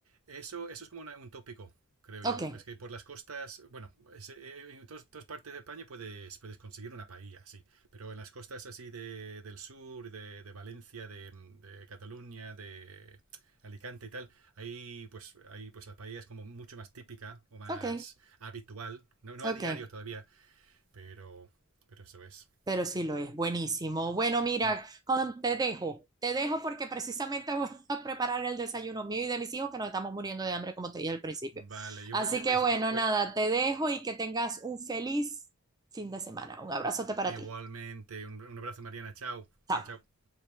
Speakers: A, on the right (about 80°); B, on the right (about 20°).
A: Eso, eso es como una- un tópico, creo
B: Ok,
A: yo. Es que por las costas, bueno, es, eh, eh, en tos- todas partes de España puedes, puedes conseguir una paella, sí. Pero en las costas así de, del sur, de, de Valencia, de, de Cataluña, de Alicante y tal, ahí pues, ahí pues la paella es como mucho más típica o más
B: ok,
A: habitual. No, no
B: ok.
A: a diario todavía, pero, pero eso es.
B: Pero sí lo es, buenísimo. Bueno, mira,
A: Mm.
B: Colm, te dejo. Te dejo porque precisamente voy <laughs> a preparar el desayuno mío y de mis hijos que nos estamos muriendo de hambre, como te dije al principio.
A: Vale, yo
B: Así
A: voy, yo
B: que
A: voy-
B: bueno,
A: voy-
B: nada, te dejo y que tengas un feliz fin de semana. Un abrazote para
A: igualmente.
B: ti.
A: Un, un abrazo, Mariana. Chao,
B: Chao.
A: chao, chao.